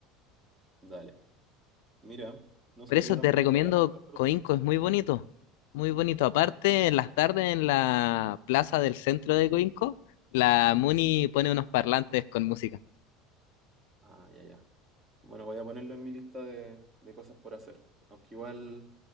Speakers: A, on the right; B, on the left.
A: dale, mira, no
B: Por
A: sabía
B: eso
A: tampoco
B: te recomiendo
A: que había tantas frutas.
B: Coinco, es muy bonito, muy bonito. Aparte, en las tardes en la plaza del centro de Coinco, la Muni pone unos parlantes con música.
A: Ah, ya, ya. Bueno, voy a ponerlo en mi lista de, de cosas por hacer. Aunque igual